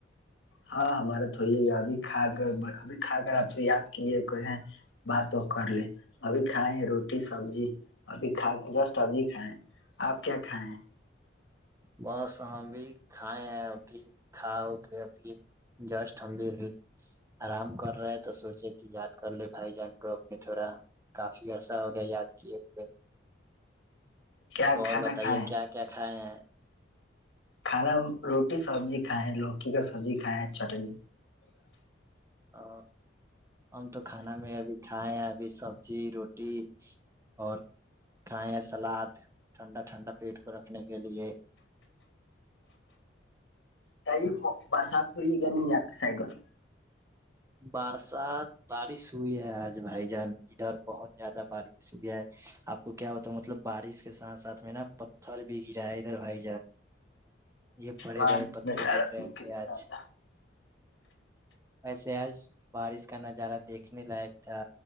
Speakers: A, on the left (about 75°); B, on the right (about 15°).
A: ہاں ہمارا تو یہ ہے ابھی کھا کر ابھی کھا کر آپ سے یاد کیے کہ بات تو کر لے ابھی کھائے روٹی سبزی ابھی کھا جسٹ ابھی کھائےیں آپ کیا کھائے ہیں
B: بس ہم بھی کھائے ہیں ا بھی کھا ہو کے ا بھی جسٹ ہم بھی آرام کر رہے ہیں تو سوچے کہ یاد کر لے بھائی جان کو اپ نے تھوڑا کافی عرصہ ہو گیا یاد کیے ہوئے
A: کیا
B: تو اور
A: کھانا
B: بتائیے
A: کھائے
B: کیا کیا ہ
A: کھانا روٹی سبزی کھائےیں لوکی کا سبزی کھائےیں چٹنی
B: ا ہم تو کھانا میں ابھی کھائائے ابھی سبزی روٹی اور کھائیں سلاد ٹھنڈا ٹھنڈا پیٹ کو رکھنے کے لیے
A: کئی برسات ہو رہی ہے کہ نہیں آپ کے سائڈ میں
B: بارسات بارس سئی ہے آج بھائی جان ادھر بہت زیادہ بارش ہو گیا ہے آپ کو کیا بتاؤ مطلب بارش کے ساتھ ساتھ میں نا پتھر بھی گرا ہے ادھر بھائی جان یہ بڑے
A: ہ
B: بڑے پتھر
A: نارا
B: گر
A: د
B: رہے تھے آج
A: ب
B: ویسے آج بارش کا نظارہ دیکھنے لائق تھا